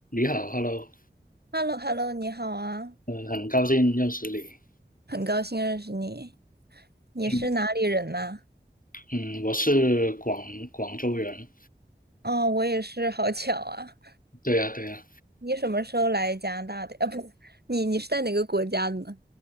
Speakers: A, on the left; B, on the right.
A: 你好，Hello，
B: h e l l o h e l l o 你好啊，
A: 嗯、很高兴认识你。
B: 很高兴认识你。你是哪里人呐？
A: 嗯嗯，我是广广州人。
B: 哦，我也是，好巧啊。
A: 对呀、对呀、
B: 你什么时候来加拿大的？啊，不你你是在哪个国家的呢？